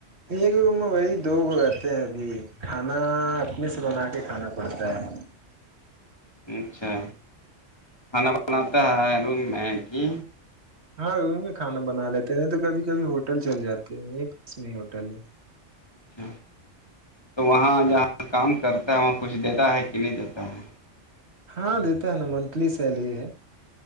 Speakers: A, on the right; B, on the left.
A: ایک وہی دو گو رہتے ہیں ابھی کھانا اپنے سے بنا کے کھانا پڑتا ہے
B: اچھا کھانا بناتا ہے روم میں کہ
A: ہاں وہ میں کھانا بنا لیتے ہیں نہیں تو کبھی کبھی ہوٹل چل جاتے ہیں یہ پس میں ہی ہوٹل ہے
B: اچ تو وہاں
A: ہاں
B: جہاں کام کرتا ہے وہاں کچھ دیتا ہے کہ نہیں دیتا ہے
A: ہاں دیتا ہے نا منتھلی سیلری ہے